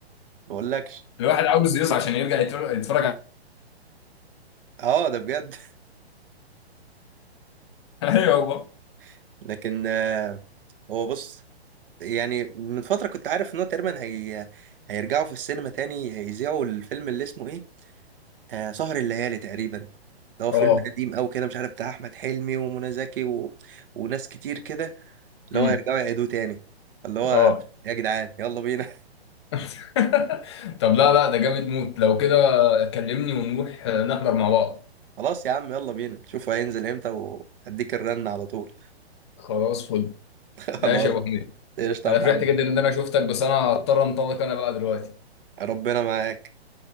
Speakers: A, on the right; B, on the left.
A: ما اقولكش
B: الواحد عاوز يصحى عشان يرجع يتفرج يتفرج على
A: اه ده بجد
B: <laughs> ايوه والله
A: <laughs> لكن آه، هو بص يعني من فتره كنت عارف ان هو تقريبا هي هيرجعوا في السينما تاني هيذيعوا الفيلم اللي اسمه ايه آه سهر الليالي تقريبا اللي هو
B: اه
A: فيلم قديم أوي كده مش عارف بتاع أحمد حلمي ومنى زكي و... وناس كتير كده اللي
B: امم
A: هو يرجعوا يعيدوه تاني اللي هو
B: اه
A: يا جدعان يلا بينا
B: <laughs> طب لا لا ده جامد موت لو كده كلمني ونروح آه، نحضر مع بعض
A: <laughs> خلاص يا عم يلا بينا شوفوا هينزل امتى وهديك الرن على طول
B: خلاص فل
A: <laughs>
B: ماشي
A: خلاص
B: يا ابو حميد
A: قشطة
B: انا
A: يا محمد
B: فرحت جدا ان انا شفتك بس انا هضطر انطلق انا بقى دلوقتي
A: ربنا معاك